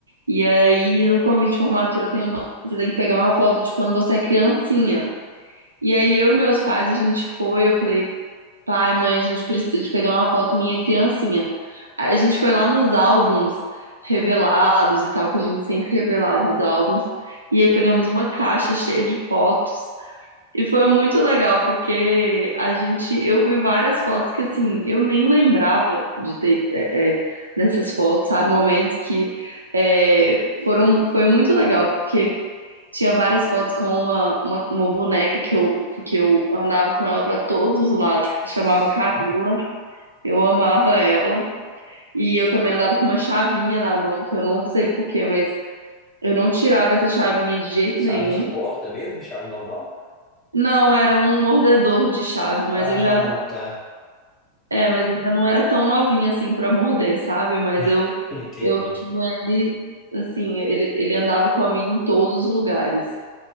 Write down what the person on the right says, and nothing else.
E aí no convite de formatura tem uma, você tem que pegar uma foto de quando você é criancinha. E aí eu e meus pais, a gente foi, eu falei. Pai, mãe, a gente precisa de pegar uma foto minha criancinha. Aí A gente foi lá nos álbuns revelados e tal, que a gente sempre revelava os álbuns. E aí pegamos uma caixa cheia de fotos. E foi muito legal, porque a gente, eu vi várias fotos que assim, eu nem lembrava de ter é, é, dessas fotos, sabe? Momentos que é, foram, foi muito legal, porque tinha várias fotos com uma, uma, uma boneca que eu, que eu andava com ela para todos os lados, que ela chamava
Camila. Eu amava ela. E eu também andava com uma chavinha na mão, que eu não sei por quê, mas eu não tirava essa chavinha de jeito
nenhum.
Não, era um mordedor de chave, mas
eu já,
é, mas eu já não era tão novinha assim para morder, sabe? Mas
eu
eu tinha ele assim, ele, ele andava comigo em todos os lugares.